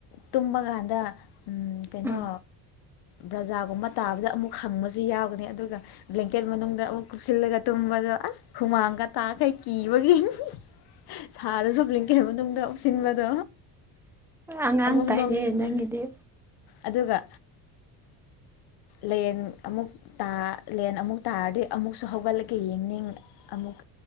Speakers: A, on the left (about 65°); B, in the centre.
A: ꯇꯨꯝꯕ ꯀꯥꯟꯗ ꯀꯩꯅꯣ
B: ꯎꯝ
A: ꯕ꯭ꯔꯖꯥꯒꯨꯝꯕ ꯇꯥꯕꯗ ꯑꯃꯨꯛ ꯍꯪꯕꯁꯨ ꯌꯥꯎꯒꯅꯤ ꯑꯗꯨꯒ ꯕ꯭ꯂꯦꯡꯀꯦꯠ ꯃꯅꯨꯡꯗ ꯑꯃꯨꯛ ꯀꯨꯞꯁꯤꯜꯂꯒ ꯇꯨꯝꯕꯗ ꯑꯁ ꯍꯨꯃꯥꯡꯒ ꯇꯥꯈꯩ ꯀꯤꯕꯒꯤꯡ ꯁꯥꯔꯁꯨ ꯂꯩꯗ ꯇꯨꯡꯗ ꯁꯤꯅꯦꯃꯥꯗ
B: ꯑꯉꯥꯡ
A: ꯑꯃꯃꯨꯛ
B: ꯇꯥꯏꯅꯦ
A: ꯅ ꯃꯤ ꯃꯦ
B: ꯅꯪꯒꯤꯗꯤ
A: ꯑꯗꯨꯒ ꯂꯦꯟ ꯑꯃꯨ ꯂꯦꯟ ꯑꯃꯨꯛ ꯇꯥꯔꯗꯤ ꯑꯃꯨꯛꯁꯨ ꯍꯧꯒꯠꯂꯒꯦ ꯌꯦꯡꯅꯤꯡ ꯑꯃꯨꯛ